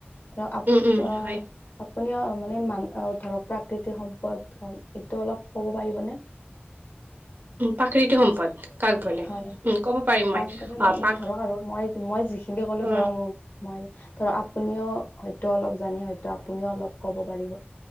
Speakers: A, on the left; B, on the right.
A: ৰ আপ,
B: উম উম
A: অ'।
B: হয়
A: আপুনি অ মানে মান ধৰক প্ৰাকৃতিক সম্পদ হওক এইটো অলপ ক'ব পাৰিবনে?
B: প্ৰাকৃতিক সম্পদ? কাক বোলে
A: হয়।
B: উম ক'ব পাৰিম মই
A: কাক মানে
B: অ
A: মানে
B: পাক
A: ধৰক আৰু মই মই যিখিনি কলো
B: অ
A: ধৰক মোৰ মই, ধৰ আপুনিও হয়তো অলপ জানে হয়তো আপুনিও অলপ ক'ব পাৰিব।